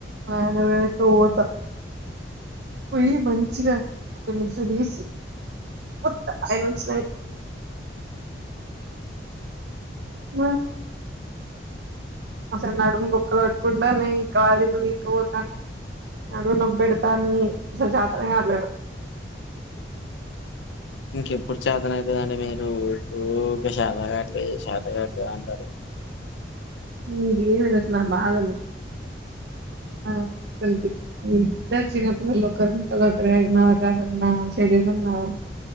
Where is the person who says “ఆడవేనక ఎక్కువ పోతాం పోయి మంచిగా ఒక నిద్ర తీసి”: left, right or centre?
Right